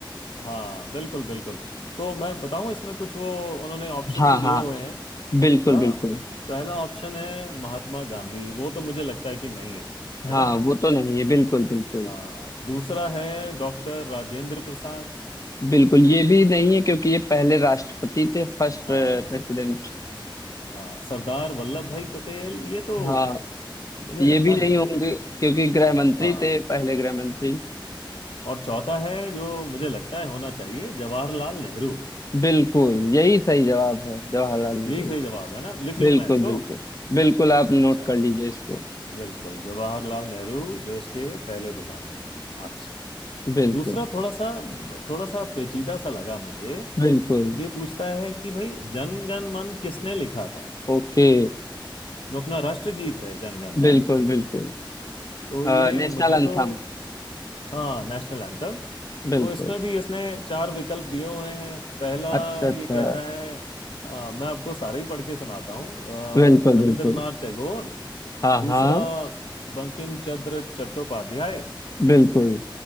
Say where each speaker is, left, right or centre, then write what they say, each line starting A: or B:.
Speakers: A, on the left; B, on the left.
A: हाँ बिल्कुल बिल्कुल तो मैं बताऊं इसमें कुछ वो उन्होंने ऑप्शन
B: हाँ
A: भी दिए
B: हाँ
A: हुए हैं
B: बिल्कुल
A: हाँ
B: बिल्कुल
A: पहला ऑप्शन है महात्मा गांधी वो तो मुझे लगता है कि नहीं है है
B: हाँ
A: ना
B: वो तो नहीं है बिल्कुल बिल्कुल
A: हाँ दूसरा है डॉक्टर राजेंद्र प्रसाद
B: बिल्कुल ये भी नहीं है क्योंकि ये पहले राष्ट्रपति थे फर्स्ट
A: हाँ
B: प्रेसिडेंट
A: हाँ सरदार वल्लभ भाई पटेल ये तो
B: हाँ
A: मुझे
B: ये
A: लगता
B: भी नहीं
A: नहीं
B: होंगे
A: है
B: क्योंकि गृह मंत्री
A: हाँ
B: थे पहले गृह मंत्री
A: और चौथा है जो मुझे लगता है होना चाहिए जवाहरलाल नेहरू
B: बिल्कुल यही सही जवाब है जवाहरलाल नेहरू
A: यही सही जवाब है ना लिख लूं
B: बिल्कुल
A: मैं इसको
B: बिल्कुल बिल्कुल आप
A: अच्छा
B: नोट कर लीजिए इसको
A: बिल्कुल जवाहरलाल नेहरू देश के पहले प्रधानमंत्री अच्छा
B: बिल्कुल
A: दूसरा थोड़ा सा थोड़ा सा पेचीदा सा लगा मुझे
B: बिल्कुल
A: ये पूछता है कि भाई जन गण मन किसने लिखा था
B: ओके
A: जो अपना राष्ट्रगीत है जन गण
B: बिल्कुल
A: मन
B: बिल्कुल
A: तो
B: अ,
A: ये
B: नेशनल
A: मुझे तो
B: अंथम
A: हाँ नेशनल एंथम
B: बिल्कुल
A: तो इसमें भी इसने चार विकल्प दिए हुए हैं पहला
B: अच्छा अच्छा
A: ये कहता है अ, मैं आपको सारे ही पढ़ के सुनाता हूँ अ,
B: बिल्कुल
A: रविंद्रनाथ
B: बिल्कुल
A: टैगोर
B: हाँ
A: दूसरा
B: हाँ
A: बंकिम चंद्र चट्टोपाध्याय
B: बिल्कुल